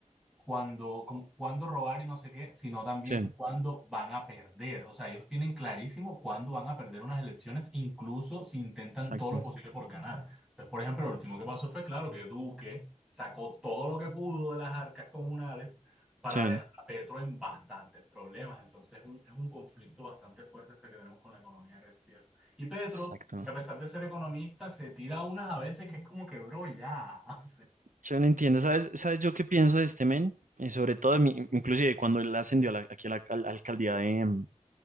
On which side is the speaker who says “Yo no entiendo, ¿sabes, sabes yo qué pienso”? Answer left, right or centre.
Right